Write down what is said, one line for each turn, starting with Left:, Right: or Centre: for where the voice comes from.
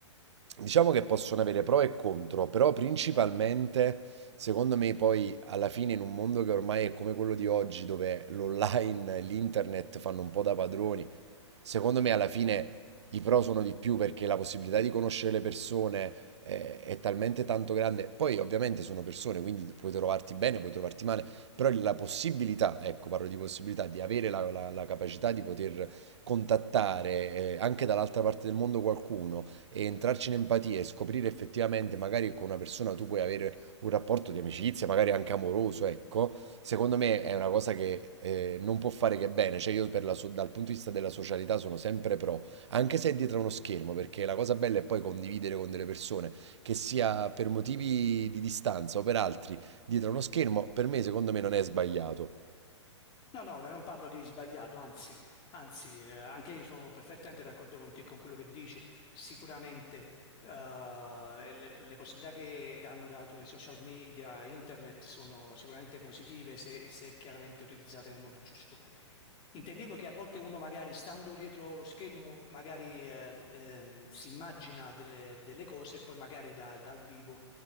Right: Diciamo che possono avere pro e contro, però principalmente, secondo me, poi alla fine in un mondo che ormai è come quello di oggi, dove l'online e l'internet fanno un po' da padroni, Secondo me alla fine i pro sono di più perché la possibilità di conoscere le persone eh, è, talmente tanto grande. Poi ovviamente sono persone, quindi puoi trovarti bene, puoi trovarti male, però la possibilità, ecco, parlo di possibilità, di avere la, la- la capacità di poter contattare eh, anche dall'altra parte del mondo qualcuno e entrarci in empatia e scoprire effettivamente magari con una persona tu puoi avere un rapporto di amicizia, magari anche amoroso, ecco, secondo me è una cosa che eh, non può fare che bene. Cioè, io per la so- dal punto di vista della socialità sono sempre pro, anche se è dietro uno schermo, perché la cosa bella è poi condividere con delle persone, che sia per motivi di distanza o per altri, dietro uno schermo, per me, secondo me, non è sbagliato.
Left: No, no, no, non parlo di sbagliato, anzi, anzi, eh, anche io sono perfettamente d'accordo con te con quello che dici. Sicuramente, eh, le, le possibilità che hanno dato i social media, internet, sono sicuramente positive se, se chiaramente utilizzate nel modo giusto. Intendevo che a volte uno magari stando dietro lo schermo, magari eh, ehm, si immagina delle, delle cose e poi magari da- dal vivo.